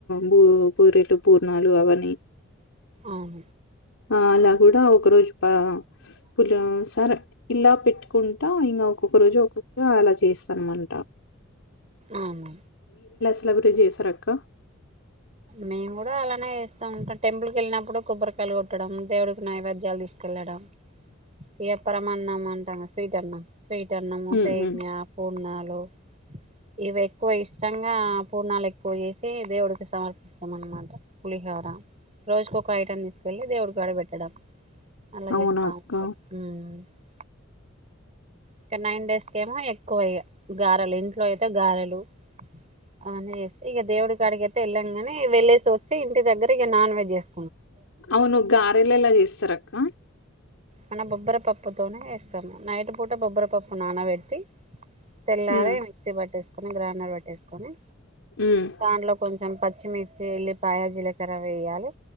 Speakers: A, on the left; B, on the right.
A: బు బురెలు పూర్ణాలు అవ్వన్ని
B: ఆహ
A: అలా కూడా ఒక రోజు పా పులా సరే ఇలా పెట్టుకుంటా ఇంకా ఒక్కొక్క రోజు ఒక్కొక్కర అలా చేస్తానమంట
B: అమమ్
A: క్లవ్వ కేజీ ఏసారు అక్క
B: మేము కూడా అలానే ఏస్తాం ఇంకా టెంపుల్ కి వెళ్ళినప్ ప్పుడు కొబ్బరికాయలు కొట్టడం దేవుడికి నైవేద్యాలు తీసుకెళ్ళడం ఇగ పరమన్నం అంటాము స్వీట్ అన్నం స్వీట్ అన్నమో
A: ఉమ్
B: సేమియా
A: ఉమ్
B: పూర్ణాలు లో ఇవి ఎక్కువ ఇష్టంగా పూర్ణాలు ఎక్కువ చేసి దేవుడికి సమర్ప ఇస్తం అనమాట పులిహోర రోజుకొక ఐటమ్ తీసు వెళ్ళి దేవుడి కాడ పెట్టడం అలాగేస్తాం
A: అవునా అక్క
B: ఉమ్ ఉ ఇక నైన్ డేస్ కేమో యే ఎక్కువై గారలు ఇంట్లో అయితే గారెలు అవన్నీ చేస్తే ఇక దేవుడి కాడికి అయితే ఎల్లన్ ను వెళ్లేేసి వచ్చి ఇంటి దగ్గర ఇగ నాన్ వెజ్ జేస్
A: అవును గారెలు ఎలా ఎస్తరక్క
B: మన బొబ్బరిపప్పుతోనే ఎస్తాము నైటు పూట బొబ్బరిపప్పు నానబెట్టి తెల్లారే
A: ఉమ్
B: మిక్సీ బట్టెస్ గ్రైండర్ వట్టేసుకొని
A: ఉమ్
B: దాంట్లో కొంచెం పచ్ పచ్చిమిర్చి ఎల్లిపాయ జీలకర్ర వెయ్యలే